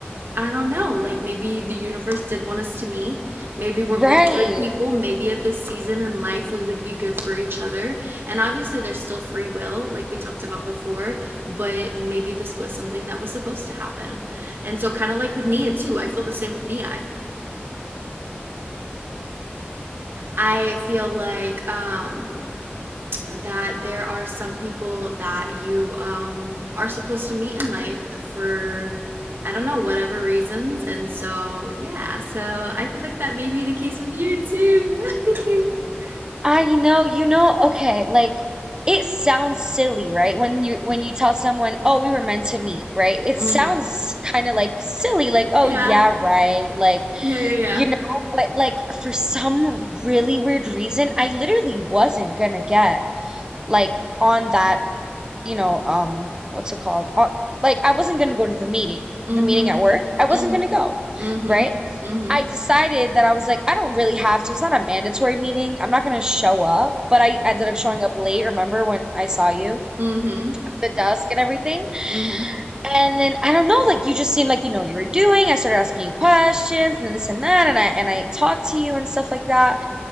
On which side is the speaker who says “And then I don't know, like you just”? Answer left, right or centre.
Right